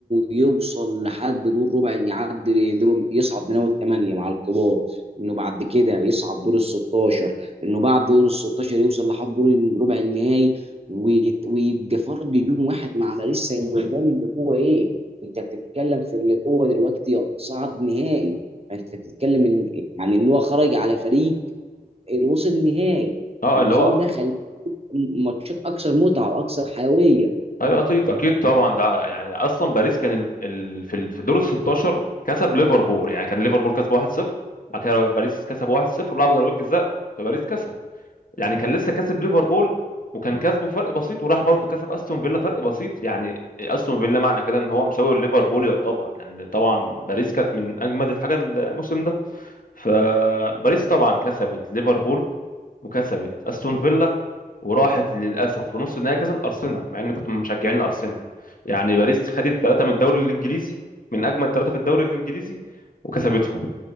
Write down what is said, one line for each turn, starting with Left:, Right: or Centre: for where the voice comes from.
Right: يوصل لحد دور ربع يعني يعدي دور يصعد من اول ثمانيه مع الكبار انه بعد كده يصعد دور ال 16 انه بعد دور ال 16 يوصل لحد دور الربع النهائي وي- ويبقى فرق جون واحد مع باريس سان جيرمان اللي هو ايه؟ انت بتتكلم في اللي هو دلوقتي صعد نهائي فانت بتتكلم ان يعني ان هو خرج على فريق اللي وصل نهائي
Left: اه
Right: فالنظام
Left: اللي هو
Right: ده خلى ماتشات اكثر متعه واكثر حيويه
Left: ايوه اكيد اكيد طبعا ده يعني اصلا باريس كان ال... ال... في ال- في دور ال 16 كسب ليفربول يعني كان ليفربول كسب 1-0 بعد كده باريس كسب 1-0 ولعبوا ضربات جزاء فباريس كسب يعني كان لسه كسب ليفربول وكان كسبه فرق بسيط وراح برضه كسب استون فيلا فرق بسيط يعني استون فيلا معنى كده ان هو مساوي ليفربول يعتبر لان طبعا باريس كانت من اجمد الحاجه الموسم ده فباريس طبعا كسبت ليفربول وكسبت استون فيلا وراحت للاسف في نص النهائي كسبت ارسنال مع اني كنت من مشجعين الارسنال يعني باريس خدت ثلاثه من الدوري الانجليزي من اجمل ثلاثه في الدوري الانجليزي وكسبتهم